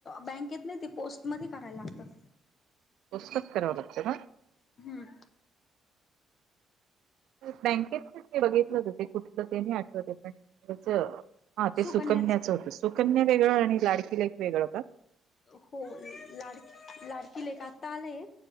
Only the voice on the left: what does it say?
बँकेत नाही ते पोस्टमध्ये करायला लागत.
हम्म,
सुकन्याच
हो लाड लाडकी लेख आता आलेय.